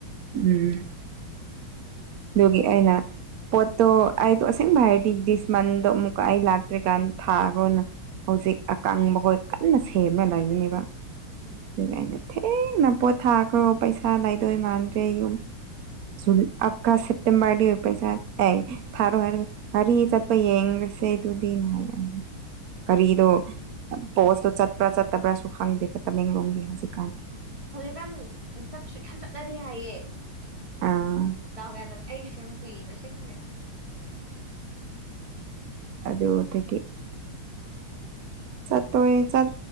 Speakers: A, on the right; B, on the right.
A: ꯎꯝ ꯑꯗꯨꯒꯤ ꯑꯩꯅ ꯄꯣꯠꯇꯣ ꯑꯩꯗꯣ ꯑꯁꯦꯡꯕ ꯍꯥꯏꯔꯗꯤ ꯗꯤꯁ ꯃꯟꯗꯣ ꯑꯃꯨꯛꯀ ꯑꯩ ꯂꯥꯛꯇ꯭ꯔꯤꯀꯥꯟ ꯊꯥꯈꯣꯅ ꯍꯧꯖꯤꯛ ꯑꯀꯪꯕ ꯈꯣꯏ ꯀꯟꯅ ꯁꯦꯝꯃ ꯂꯩꯕꯅꯦꯕ
B: ꯎꯝ
A: ꯑꯗꯨꯅ ꯑꯩꯗꯣ ꯊꯦꯡꯅ ꯄꯣꯠ ꯊꯥꯈ꯭ꯔꯣ ꯄꯩꯁꯥ ꯂꯩꯥꯏꯗꯣꯏ ꯃꯥꯟꯗ꯭ꯔꯦ ꯌꯨꯝ ꯖꯨꯜ ꯑꯥꯞꯀ ꯁꯦꯞꯇꯦꯝꯕ꯭ꯔꯗꯤ ꯑꯣꯏ ꯄꯩꯁꯥ ꯑꯦ ꯊꯥꯔꯣ ꯍꯥꯏꯔꯒ ꯉꯥꯔꯤ ꯆꯠꯄ ꯌꯦꯡ ꯉꯁꯦ ꯑꯗꯨꯗꯤꯅ ꯍꯥꯏꯌꯦ ꯒꯔꯤꯗꯣ ꯄꯣꯁꯇꯣ ꯆꯠꯄ꯭ꯔꯥ ꯆꯠꯇꯕ꯭ꯔꯥꯁꯨ ꯈꯪꯗꯦꯕ ꯇꯃꯦꯡꯂꯣꯡꯒꯤ ꯍꯧꯖꯤꯛ
B: ꯎꯝ ꯍꯧꯖꯤꯛꯀꯥꯟ ꯆꯠꯁꯨ ꯌꯥꯝ ꯆꯠꯅꯗꯦ ꯍꯥꯏꯌꯦ
A: ꯑꯥ
B: ꯗꯥꯎ ꯌꯥꯗꯕ ꯑꯩꯁꯨ ꯌꯥꯝ ꯀꯨꯏꯅ ꯑꯁꯦꯡꯕꯅꯦ
A: ꯑꯗꯨꯗꯒꯤ ꯆꯠꯇꯣꯏ ꯆꯠ